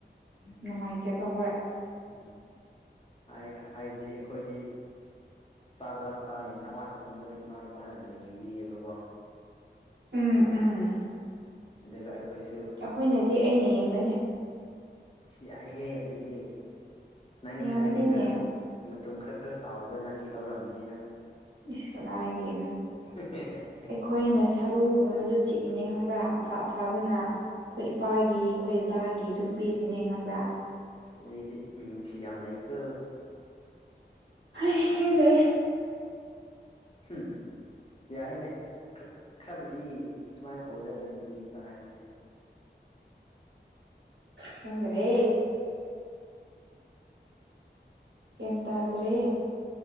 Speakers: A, on the right; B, on the left.
A: ꯅꯨꯡꯉꯥꯏꯇꯦꯕ ꯍꯣꯏ
B: ꯎꯝ ꯍꯥꯏ ꯍꯥꯏꯗꯤ ꯑꯩꯈꯣꯏꯗꯤ ꯆꯥꯛ ꯋꯥꯠꯄ ꯌꯦꯟꯁꯥꯡ ꯋꯥꯠꯄꯒꯨꯝꯕꯗ ꯏꯃꯥ ꯏꯄꯥꯅ ꯑꯗꯨꯝ ꯌꯦꯡꯕꯤꯌꯦꯕꯀꯣ
A: ꯎꯝ ꯎꯝ
B: ꯑꯗꯨꯒ ꯑꯩꯈꯣꯏꯁꯨ
A: ꯑꯩꯈꯣꯏꯅꯗꯤ ꯑꯩꯅ ꯌꯦꯡꯕꯅꯦ
B: ꯌꯥꯏꯍꯦ ꯑꯗꯨꯗꯤ ꯅꯪ
A: ꯌꯥꯝꯕꯅꯤꯅꯦ
B: ꯅꯪꯒꯤꯇ ꯃꯇꯝ ꯈꯔ ꯈꯔ ꯆꯥꯎꯕꯗ ꯅꯪꯒꯤ ꯂꯧꯔꯝꯃꯅꯤ ꯅꯪ
A: ꯏꯁ ꯀꯗꯥꯏꯗꯒꯤꯅꯣ
B: ꯍꯦ ꯍꯦ ꯍꯦ
A: ꯑꯩꯈꯣꯏꯅ ꯁꯔꯨꯒꯨꯝꯕꯗ ꯆꯤꯛꯏꯅꯦ ꯈꯪꯕ꯭ꯔꯥ ꯑꯐ ꯑꯐꯕꯅ ꯑꯩꯈꯣꯏ ꯏꯄꯥꯒꯤ ꯑꯩꯈꯣꯏ ꯑꯗꯥꯒꯤ ꯑꯗꯨꯝ ꯄꯤꯔꯤꯁꯤꯅꯦ ꯈꯪꯕ꯭ꯔꯥ
B: ꯁꯤꯗꯤ ꯃꯤꯅꯨꯡꯁꯤ ꯌꯥꯝ ꯂꯩꯀꯣ
A: ꯍꯩ ꯍꯦꯡꯗꯦ
B: ꯍꯝ ꯌꯥꯏꯅꯦ ꯈꯔꯕꯨꯗꯤ ꯁꯨꯃꯥꯏꯅ ꯇꯧꯒꯗꯕꯅꯦ ꯅꯨꯄꯤ ꯃꯆꯥ ꯍꯥꯏꯕꯁꯤꯗꯤ
A: ꯈꯪꯗ꯭ꯔꯦ ꯒ꯭ꯌꯥꯟ ꯇꯥꯗ꯭ꯔꯦ